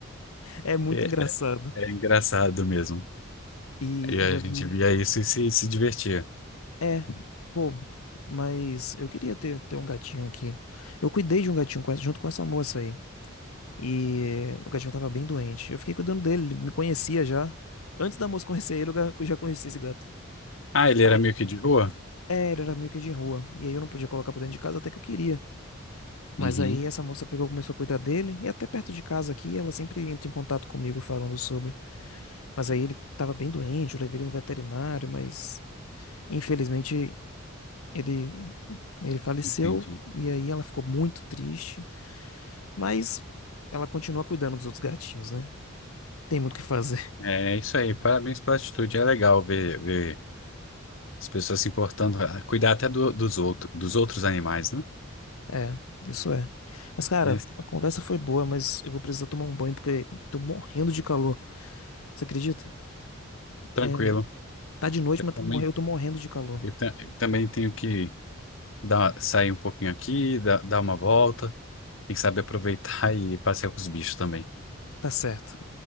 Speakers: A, on the left; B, on the left.
A: É muito
B: É,
A: engraçado.
B: é engraçado mesmo.
A: E
B: E
A: eu
B: a
A: já
B: gente
A: vi.
B: via isso e se, se divertia.
A: É, pô, mas eu queria ter, ter um gatinho aqui. Eu cuidei de um gatinho com essa- junto com essa moça aí. E o gatinho tava bem doente. Eu fiquei cuidando dele, ele me conhecia já. Antes da moça conhecer ele, eu ga- eu já conhecia esse gato.
B: Ah, ele
A: Aí,
B: era meio que de rua?
A: é, ele era meio que de rua. E aí eu não podia colocar pra dentro de casa até que eu queria. Mas
B: Uhum,
A: aí essa moça pegou, e começou a cuidar dele. E até perto de casa aqui, ela sempre entra em contato comigo falando sobre. Mas aí ele tava bem doente, eu levei ele no veterinário, mas infelizmente ele, ele faleceu.
B: entendi.
A: E aí ela ficou muito triste. Mas ela continua cuidando dos outros gatinhos, né? Tem muito o que fazer.
B: É isso aí, parabéns pela atitude. É legal ver, ver as pessoas se importando, ah, cuidar até do- dos outros, dos outros animais, né?
A: É, isso é. Mas, cara,
B: É
A: a conversa foi boa, mas eu vou precisar tomar um banho porque tô morrendo de calor. Você acredita?
B: tranquilo.
A: É, tá de noite,
B: Eu
A: mas
B: também,
A: tô morre- eu tô morrendo de calor.
B: eu ta- também tenho que dar, sair um pouquinho aqui, dar, dar uma volta, tem que saber aproveitar <laughs> e passear com os bichos também.
A: Tá certo.